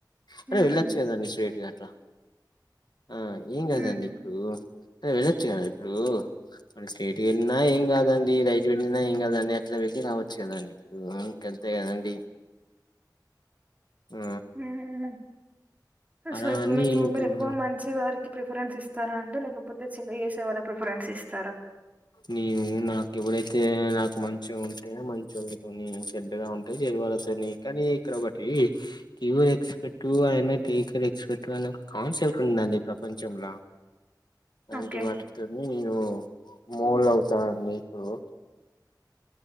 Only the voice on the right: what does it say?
ఉమ్
ఉమ్
ఉమ్ ఉమ్.
సో ఇప్పుడు
మీకు
మీరు ఎక్కువ మంచి వారికి ప్రిఫరెన్స్ ఇస్తారా అండి లేకపోతే చెడు చేేసే వాళ్ళకి ప్రిఫరెన్స్ ఇస్తారా
ఓకే
హ్మ్.